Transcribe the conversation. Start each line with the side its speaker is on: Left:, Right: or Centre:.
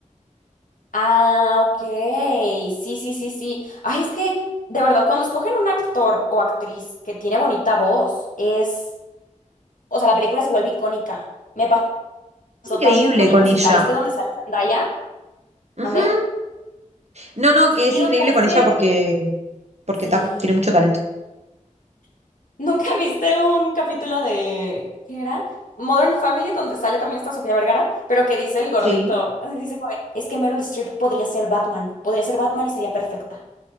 Left: Ah, ok. Sí, sí, sí, sí. Ay, es que, de verdad, cuando escogen un actor o actriz que tiene bonita voz, es... O sea, la película se vuelve icónica. Me pasó
Right: Increíble
Left: también con
Right: con
Left: el musical
Right: ella.
Left: este donde sale Zendaya.
Right: Ujú.
Left: ¿Mandé?
Right: No, no, que
Left: Sí,
Right: es increíble
Left: ¿dónde sale este?
Right: con ella porque, porque
Left: Sí.
Right: ta, tiene mucho talento.
Left: <laughs> ¿Nunca viste un capítulo de... ¿Qué era? Modern Family, donde sale también esta Sofía Vergara, pero que dice el gordito.
Right: Sí.
Left: <laughs> Dice como, de, es que Meryl Streep podría ser Batman, podría ser Batman y sería perfecta.